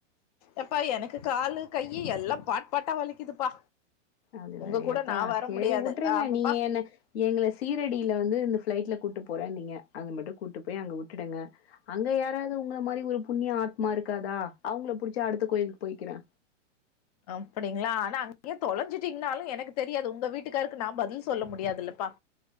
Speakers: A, on the left; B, on the left.
A: எப்பா எனக்கு காலு கை எல்லா பாட் பாட்டா வலிக்குதுப்பா
B: அது
A: உங்க
B: வேறியாப்பா
A: கூட நா வர
B: சேரி
A: முடியாது
B: உட்ருங்க
A: ஆமாப்பா
B: நீங்க என்ன எங்ள சீரடில வந்து இந்த ப்ஃளைட்ல கூட்டு போறேன்னிங்க அது மட்டு கூட்டு போய் அங்க உட்டுடுங்க அங்க யாராவ்து உங்கள மாரி ஒரு புண்ணிய ஆத்மா இருக்காதா அவுங்ள புடிச்சி அடுத்த கோயில்க்கு போய்க்கிறே
A: அப்டிங்ளா ஆனா அங்கியே தொலஞ்சுடீங்னாலு எனக்கு தெரியாது உங்க வீட்டுக்காருக்கு நா பதில் சொல்ல முடியாதுல்லப்பா